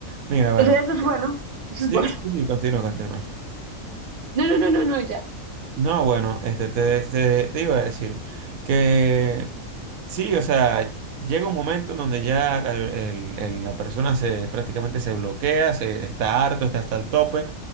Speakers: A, on the right; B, on the right.
A: Mira, bueno.
B: Entonces, eso es bueno, eso
A: Sí,
B: es bueno.
A: sí, sí, continúa, continúa.
B: No, no, no, no, no, ya.
A: No, bueno, este, te, te, te iba a decir que sí, o sea, llega un momento en donde ya la, el- el- la persona se prácticamente se bloquea, se está harto, está hasta el tope.